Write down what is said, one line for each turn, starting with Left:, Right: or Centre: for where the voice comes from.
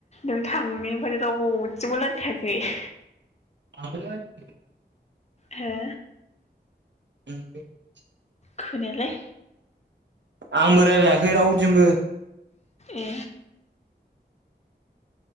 Left: नों थांनायफ्रायनो राव <inaudible>
Right: <inaudible>
Left: हो
Right: <inaudible>
Left: खोनायालै
Right: आंबो राय्लायाखै रावजोंबो।
Left: ए